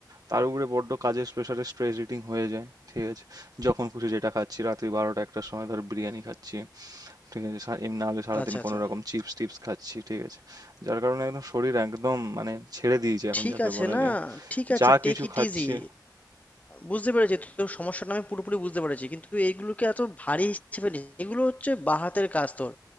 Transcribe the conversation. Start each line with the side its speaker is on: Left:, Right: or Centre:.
Right: তার উপরে বড্ড কাজের প্রেশারে স্ট্রেস ইটিং হয়ে যায় ঠিক আছে যখন খুশি যেটা খাচ্ছি রাত্রি বারোটা একটার সময় ধর বিরিয়ানি খাচ্ছি ঠিক আছে সা- এমনি নাহলে সারাদিন
Left: আচ্ছা আচ্ছা
Right: কোনো রকম চিপস টিপস খাচ্ছি ঠিক আছে যার কারণে একদম শরীর একদম মানে ছেড়ে দিয়েছে এখন
Left: ঠিক
Right: যাকে
Left: আছে
Right: বলা
Left: না
Right: যায়
Left: ঠিক আছে
Right: যা
Left: টেক
Right: কিছু
Left: ইট
Right: খাচ্ছি
Left: ইজি বুঝতে পেরেছি তোর সমস্যাটা আমি পুরোপুরি বুঝতে পেরেছি কিন্তু এইগুলোকে এত ভারী হিসেবে নিস এগুলো হচ্ছে বাঁহাতের কাজ তোর